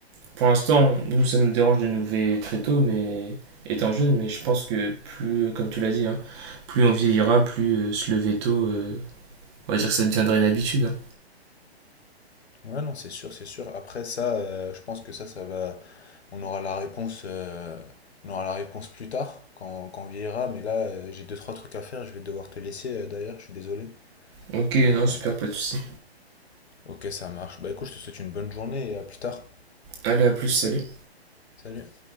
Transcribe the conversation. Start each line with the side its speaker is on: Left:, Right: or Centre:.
Right: pour l'instant, nous, ça nous dérange de nous lever très tôt, mais étant jeune. Mais je pense que plus, euh, comme tu l'as dit, hein, plus on vieillira, plus euh, se lever tôt, euh, on va dire que ça deviendrait une habitude. hein.
Left: Ouais non c'est sûr, c'est sûr. Après ça, euh, je pense que ça, ça va... On aura la réponse, euh, on aura la réponse plus tard, quand, quand on vieillira. Mais là, euh, j'ai deux, trois trucs à faire. Je vais devoir te laisser euh, d'ailleurs, je suis désolé.
Right: Ok,
Left: Euh,
Right: non, super, pas de souci.
Left: ok, ça marche. Bah écoute, je te souhaite une bonne journée et à plus tard.
Right: Allez, à plus, salut.
Left: Salut.